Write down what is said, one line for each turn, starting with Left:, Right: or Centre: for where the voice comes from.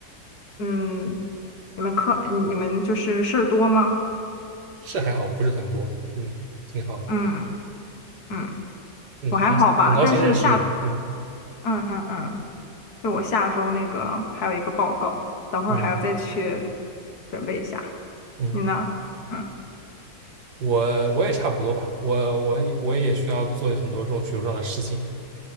Left: 嗯，你们课你你们就是事儿多吗？
Right: 是还好，不是很多，嗯，挺好的。
Left: 嗯嗯，
Right: 嗯，
Left: 我还好吧，
Right: 好，很高兴认识你。
Left: 但是下
Right: 嗯
Left: 嗯嗯嗯，就我下周那个还有一个报告，等会儿还要再去
Right: 嗯
Left: 准备一下。
Right: 嗯，
Left: 你呢？嗯，
Right: 我我也差不多吧，我我我也需要做很多这种学术上的事情。